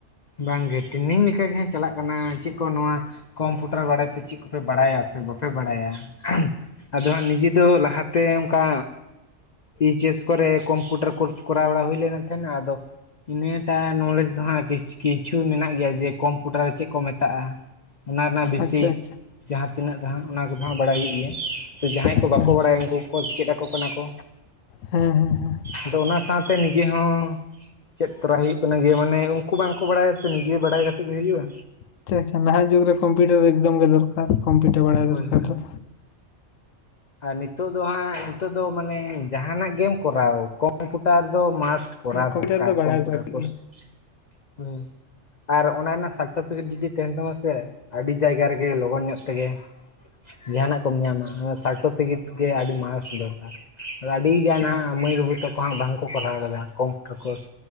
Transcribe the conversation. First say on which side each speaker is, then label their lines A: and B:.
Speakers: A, on the left; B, on the left.
A: ᱵᱟᱝᱜᱮ ᱴᱮᱱᱤᱝ ᱞᱮᱠᱟ ᱜᱮᱦᱟᱸᱜ ᱪᱟᱞᱟᱜ ᱠᱟᱱᱟ ᱪᱮᱜ ᱠᱚ ᱱᱚᱣᱟ ᱠᱚᱢᱯᱩᱴᱟᱨ ᱵᱟᱨᱮᱛᱮ ᱪᱮᱫ ᱠᱚᱯᱮ ᱵᱟᱲᱟᱭᱟ ᱥᱮ ᱵᱟᱯᱮ ᱵᱟᱲᱟᱭᱟ, ᱟᱫᱚ ᱦᱟᱸᱜ ᱱᱤᱡᱮ ᱫᱚ ᱞᱟᱦᱟᱛᱮ ᱚᱝᱠᱟ ᱮᱭᱤᱪ ᱮᱥ ᱠᱚᱨᱮ ᱠᱚᱢᱯᱤᱭᱩᱴᱟᱨ ᱠᱳᱨᱥ ᱠᱚᱨᱟᱣ ᱵᱟᱲᱟ ᱦᱩᱭ ᱞᱮᱱ ᱛᱟᱸᱦᱮᱱᱟ᱾ ᱟᱫᱚ ᱱᱤᱭᱮᱴᱟ ᱱᱚᱞᱡᱽ ᱫᱚ ᱦᱟᱸᱜ ᱠᱤᱪᱷᱩ ᱠᱤᱪᱷᱩ ᱢᱮᱱᱟᱜ ᱜᱮᱭᱟ ᱡᱮ, ᱠᱚᱢᱯᱩᱴᱟᱨ ᱪᱮᱫ ᱠᱚ ᱢᱮᱛᱟᱜᱼᱟ, ᱚᱱᱟ ᱨᱮᱱᱟᱜ ᱵᱮᱥᱤᱤᱠ
B: ᱟᱪᱪᱷᱟ ᱟᱪᱪᱷᱟ
A: ᱡᱟᱸᱦᱟᱸ ᱛᱤᱱᱟᱹᱜ ᱫᱚᱦᱟᱸᱜ ᱚᱱᱟ ᱠᱚᱫᱚ, ᱦᱟᱸᱜ ᱵᱟᱲᱟᱭ ᱦᱩᱭᱩᱜ ᱜᱮᱭᱟ ᱛᱚ ᱡᱟᱦᱟᱸᱭ ᱠᱚ
B: ᱟᱪᱪᱷᱟ
A: ᱠᱚ ᱵᱟᱠᱚ
B: ᱟᱪᱪᱷᱟ
A: ᱵᱟᱲᱟᱭᱟ ᱩᱱᱠᱩ ᱠᱚ ᱪᱮᱫ ᱟᱠᱚ ᱠᱟᱱᱟ ᱠᱚ᱾
B: ᱦᱮᱸ ᱦᱮᱸ ᱦᱮᱸ
A: ᱟᱫᱚ ᱚᱱᱟ ᱥᱟᱶᱛᱮ ᱱᱤᱡᱮ ᱦᱚᱸ‌ ᱪᱮᱫ ᱛᱚᱨᱟᱭ ᱦᱩᱭᱩᱜ ᱠᱟᱱᱟ ᱜᱮ ᱢᱟᱱᱮ ᱩᱱᱠᱩ ᱵᱟᱝᱠᱚ ᱠᱚ ᱵᱟᱲᱟᱭᱟ ᱥᱮ ᱱᱤᱡᱮ ᱵᱟᱲᱟᱭ ᱠᱟᱛᱮ ᱜᱮ ᱦᱩᱭᱩᱜᱼᱟ
B: ᱟᱪᱪᱷᱟ ᱟᱪᱪᱷᱟ ᱱᱟᱦᱟᱜ ᱡᱩᱜᱽ ᱨᱮ ᱠᱚᱢᱯᱤᱭᱩᱴᱟᱨ ᱮᱠᱫᱚᱢ ᱜᱮ ᱫᱚᱨᱠᱟᱨ᱾ ᱠᱚᱢᱯᱤᱭᱩᱴᱟᱨ ᱵᱟᱲᱟᱭ
A: ᱦᱳᱭ
B: ᱫᱚᱨᱠᱟᱨ
A: ᱦᱳᱭ
B: ᱫᱚ,
A: ᱟᱨ ᱱᱤᱛᱚᱜ ᱫᱚ ᱦᱟᱸᱜ, ᱱᱤᱛᱚᱜ ᱫᱚ ᱢᱟᱱᱮ ᱡᱟᱸᱦᱟᱱᱟᱜ ᱜᱮᱢ ᱠᱚᱨᱟᱣ ᱠᱚᱢᱯᱩᱴᱟᱨ ᱫᱚ ᱢᱟᱥᱴ ᱠᱚᱨᱟᱣ
B: ᱠᱚᱢᱯᱤᱭᱩᱴᱟᱨ
A: ᱫᱚᱨᱠᱟᱨ
B: ᱫᱚ ᱵᱟᱲᱟᱭ
A: ᱠᱚᱢᱯᱤᱭᱩᱴᱟᱨ
B: ᱞᱟᱹᱠᱛᱤ
A: ᱠᱳᱨᱥ,
B: ᱜᱮ
A: ᱦᱩᱸ ᱟᱨ ᱚᱱᱟ ᱨᱮᱱᱟᱜ ᱥᱟᱨᱴᱤᱯᱷᱤᱠᱮᱴ ᱡᱩᱫᱤ ᱛᱮᱦᱮᱱ ᱛᱟᱢᱟ ᱥᱮ, ᱟᱹᱰᱤ ᱡᱟᱭᱜᱟ ᱨᱮᱜᱮ ᱞᱚᱜᱚᱱ ᱧᱚᱜ ᱛᱮᱜᱮ ᱡᱟᱦᱟᱱᱟᱜ ᱠᱚᱢ ᱧᱟᱢᱟ, ᱚᱱᱟ ᱥᱟᱨᱴᱚᱯᱷᱤᱠᱮᱴ ᱜᱮ ᱟᱹᱰᱤ ᱢᱟᱥᱴ ᱫᱚᱨᱠᱟᱨ, ᱟᱫᱚ ᱟᱹᱰᱤᱜᱟᱱ
B: ᱟᱪᱪᱷᱟ
A: ᱦᱟᱸᱜ ᱢᱟᱹᱭ ᱵᱟᱱᱩ ᱛᱟᱠᱚ ᱦᱟᱸᱜ ᱵᱟᱝᱠᱚ ᱠᱚᱨᱦᱟᱣ ᱠᱟᱫᱟ ᱠᱚᱢᱯᱤᱭᱩᱴᱟᱨ ᱠᱳᱨᱥ